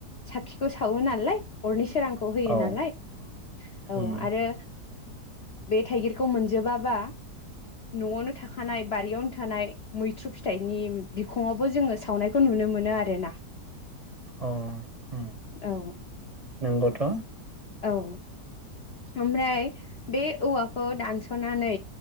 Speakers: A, on the left (about 55°); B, on the right (about 30°).
A: साखिखौ सावो नालाय अरनिस सोरांखौ होयो
B: औ
A: नालाय औ
B: उम
A: आरो बे थाइगिरखौ मोनजोबाबा न'आवनो थाखानाय बारियावनो थानाय मैथ्रु फिथाइनि बिखङावबो जोङो सावनायखौ नुनो मोनो आरोना।
B: अ ओम
A: औ
B: नोंगौथ'।
A: औ ओमफ्राय बे औवाखौ दानस'नानै